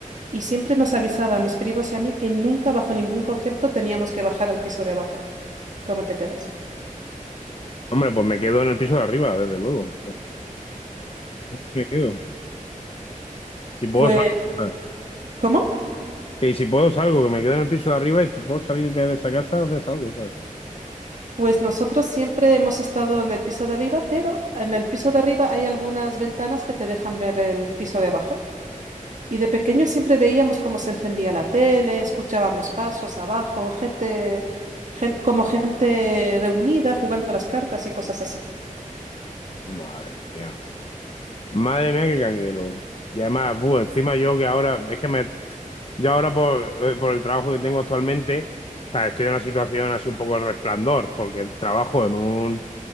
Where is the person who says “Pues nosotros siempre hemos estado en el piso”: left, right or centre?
Right